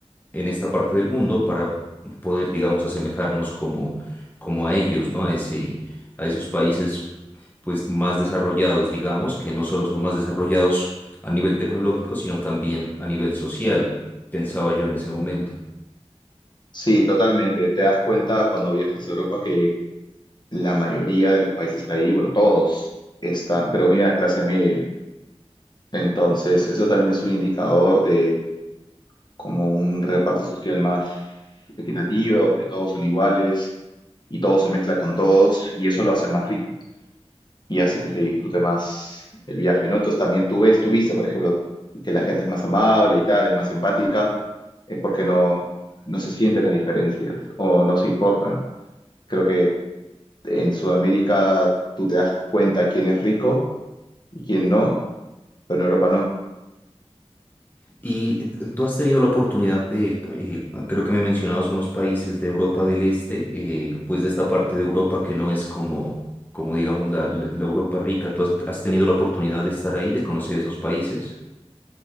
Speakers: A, on the left; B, on the left.
A: en esta parte del mundo para poder, digamos, asemejarnos como, como a ellos, ¿no? A ese, a esos países, pues, más desarrollados, digamos, que no solo son más desarrollados a nivel tecnológico, sino también a nivel social, pensaba yo en ese momento.
B: Sí, totalmente. Te das cuenta cuando viajas a Europa que la mayoría de los países ahí, bueno, todos están, pero mira, clase media. Entonces, eso también es un indicador de como un reparto social más equitativo, de todos son iguales y todo se mezcla con todos y eso lo hace más rico. y hace que se disfrute más el viaje, ¿no? Entonces también tú ves, tú viste, por ejemplo, que la gente es más amable y tal, es más empática, es porque no, no se sienten las diferencias o no se importan. Creo que en Sudamérica tú te das cuenta quién es rico y quién no, pero en Europa no.
A: Y tú has tenido la oportunidad de, eh, creo que me mencionabas unos países de Europa del Este, eh, pues de esta parte de Europa que no es como, como digamos la, la- la Europa rica. ¿Tú has, has tenido la oportunidad de estar ahí, de conocer esos países?